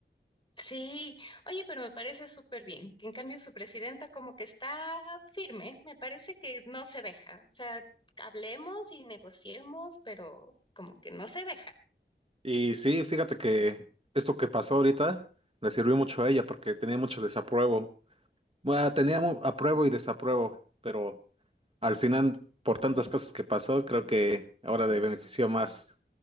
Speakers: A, on the left; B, on the right.
A: Sí, oye, pero me parece súper bien, que en cambio su presidenta como que está firme, me parece que no se deja. O sea, hablemos y negociemos, pero como que no se deja.
B: Y sí, fíjate que esto que pasó ahorita le sirvió mucho a ella porque tenía mucho desapruebo. Bueno, tenía mu- apruebo y desapruebo, pero Al final, por tantas cosas que pasó, creo que ahora le benefició más